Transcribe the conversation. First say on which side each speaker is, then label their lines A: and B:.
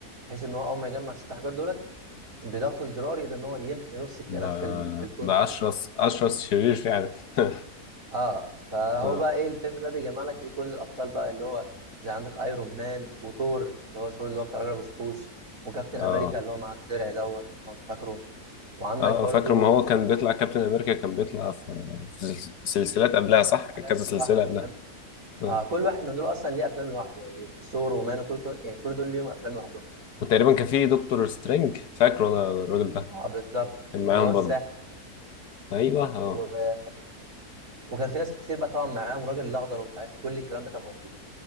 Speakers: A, on the right; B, on the left.
A: بحيث ان هو اول ما يجمع ست احجار دولت بضغط الزرار يقدر ان هو يمحي نص الكائنات
B: ده
A: في ال... في الكون
B: ده
A: كله
B: اشرس اشرس شرير فعلا <laughs>
A: اه فهو
B: اه
A: بقى ايه الفيلم ده بيجمع لك ايه كل الابطال بقى اللي هو زي عندك ايرون مان وثور اللي هو ثور اللي هو بتاع راجل ابو شاكوش وكابتن امريكا
B: اه
A: اللي هو مع الدرع دوت لو انت فاكره وعندك
B: اه
A: برضو
B: فاكر ما هو كان بيطلع كابتن امريكا كان بيطلع في في سلسلات قبلها صح كذا
A: حاجات
B: سلسله
A: لوحده
B: قبلها
A: فاهم
B: اه.
A: اه كل واحد من دول اصلا ليه افلام لوحده يعني ثور ومان وكل كل- يعني كل دول ليهم افلام لوحدهم
B: وتقريبا كان في دكتور سترينج فاكره انا الراجل ده
A: اه بالظبط
B: كان معاهم
A: اللي هو الساحر
B: برضه
A: وكده
B: ايوه اه
A: و... وكان في ناس كتير بقى طبعا معاهم الراجل الاخضر ومش عارف ايه كل الكلام ده كان موجود